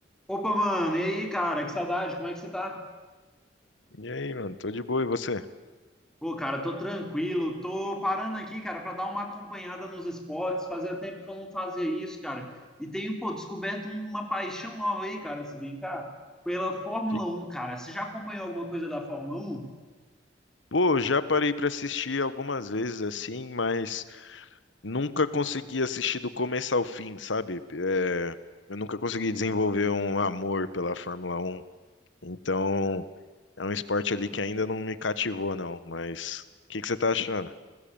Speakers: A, in the centre; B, on the left.
A: Opa, mano, e aí, cara? Que saudade, como é que você tá?
B: E aí, mano, tô de boa, e você?
A: Pô, cara, tô tranquilo, tô parando aqui, cara, pra dar uma acompanhada nos esportes. Fazia tempo que eu não fazia isso, cara. E tenho, pô, descoberto uma paixão nova aí, cara, se brincar, pela Fórmula
B: E,
A: Um, cara. Você já acompanhou alguma coisa da Fórmula Um?
B: pô, já parei pra assistir algumas vezes assim, mas nunca consegui assistir do começo ao fim, sabe? É, eu nunca consegui desenvolver um amor pela Fórmula Um. Então, é um esporte ali que ainda não me cativou, não. Mas o que que você tá achando?